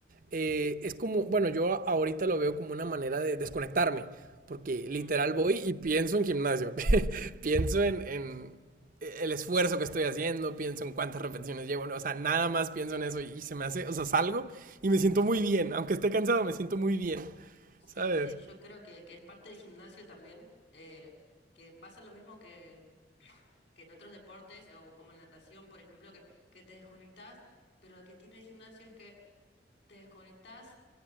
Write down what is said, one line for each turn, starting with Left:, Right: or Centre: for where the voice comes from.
Right: eh, es como, bueno, yo ahorita lo veo como una manera de desconectarme, porque literal
Left: Ujú.
Right: voy y pienso en gimnasio, <laughs> pienso en, en el esfuerzo que estoy haciendo, pienso en cuántas repeticiones llevo, no, o sea, nada más pienso en eso y, y se me hace, o sea, salgo y me siento muy bien, aunque esté cansado, me siento muy bien,
Left: Sí,
Right: ¿sabes?
Left: sí, yo creo que, que es parte del gimnasio también, eh, que pasa lo mismo que, <laughs> que en otros deportes o como en natación, por ejemplo, que, que te desconectás, pero lo que tiene el gimnasio es que te desconectás